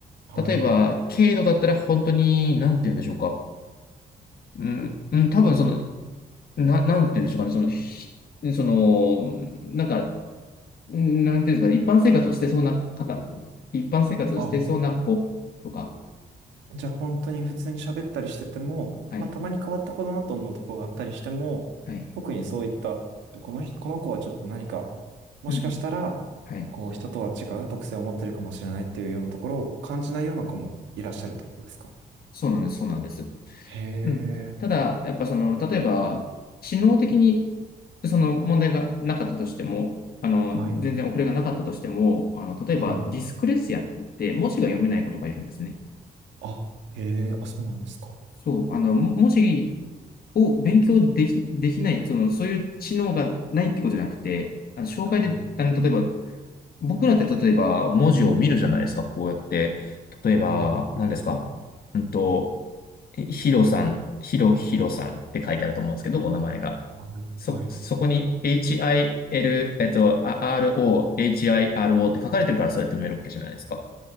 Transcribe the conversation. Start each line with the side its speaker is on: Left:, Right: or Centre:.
Right: はい。
Left: 例えば、軽度だったら本当に、なんて言うんでしょうか。うん、うん、多分その、な、なんて言うんでしょうかね、その、ひその、なんか、うんなんていうんですかね一般生活をしてそうな方、一般生活をしてそうな子とか、
Right: あ、じゃあ本当に普通に喋ったりしてても、
Left: はい、
Right: まあたまに変わった子だなと思うとこがあったりしても、
Left: はい、
Right: 特にそういった、この人、この子はちょっと何か、もしかしたら、
Left: うんうん、はい、
Right: こう人とは違う特性を持ってるかもしれないっていうようなところを感じないような子もいらっしゃるってことですか
Left: そうなんです、そうなんです。
Right: へえ、
Left: うん、ただ、やっぱその、例えば、知能的に、その問題がなかったとしても、あの、
Right: はい、
Left: 全然遅れがなかったとしても、あの、例えば、
Right: はい。
Left: ディスクレシアって言って、文字が読めない子とかいるんですね。
Right: あ、へえ、あ、そうなんですか。
Left: そう、あの、も文字
Right: え
Left: を勉強でき、できない、その、そういう知能がないってことじゃなくて、あの、障害で、
Right: はい、
Left: あの、例えば、僕らって例えば文字を見るじゃないですか、こうやって。例えば、
Right: はい、
Left: 何ですかうんと、えヒロさん、ヒロヒロさんって書いてあると思うんですけど、お名前が。
Right: はい、
Left: そ、
Right: はい、
Left: そこに HIL、えっと、あ RO、HIRO って書かれてるからそうやって見えるわけじゃないですか。